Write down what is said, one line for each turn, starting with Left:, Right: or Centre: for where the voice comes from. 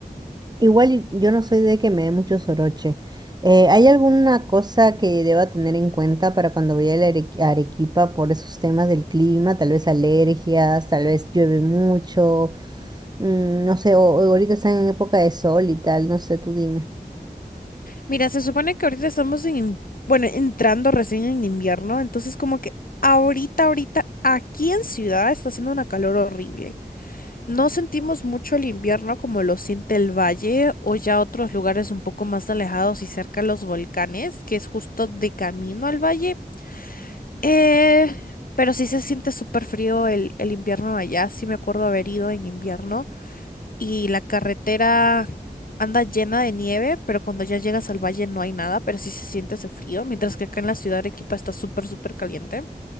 Right: Igual y- yo no soy de que me dé mucho soroche. Eh, ¿hay alguna cosa que deba tener en cuenta para cuando vaya a la Arequi- a Arequipa por esos temas del clima? Tal vez alergias, tal vez llueve mucho, mm, no sé, o, o ahorita están en época de sol y tal, no sé, tú dime.
Left: Mira, se supone que ahorita estamos en, in- bueno, entrando recién en invierno, entonces como que ahorita, ahorita, aquí en ciudad está haciendo una calor horrible. No sentimos mucho el invierno como lo siente el valle o ya otros lugares un poco más alejados y cerca a los volcanes, que es justo de camino al valle. Eh, pero sí se siente súper frío el, el invierno allá, sí me acuerdo haber ido en invierno y la carretera anda llena de nieve, pero cuando ya llegas al valle no hay nada, pero sí se siente ese frío, mientras que acá en la ciudad de Arequipa está súper, súper caliente.